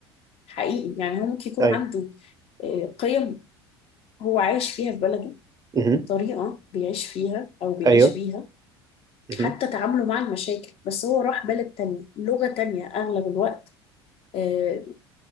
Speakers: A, on the left (about 45°); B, on the right (about 25°).
A: حقيقي يعني هو ممكن يكون
B: أيوه
A: عنده آه، قيم هو عايش فيها في بلده
B: مهم.
A: طريقة بيعيش فيها أو بيعيش
B: أيوه.
A: بيها
B: مهم.
A: حتى تعامله مع المشاكل بس هو راح بلد تانية لغة تانية أغلب الوقت آه،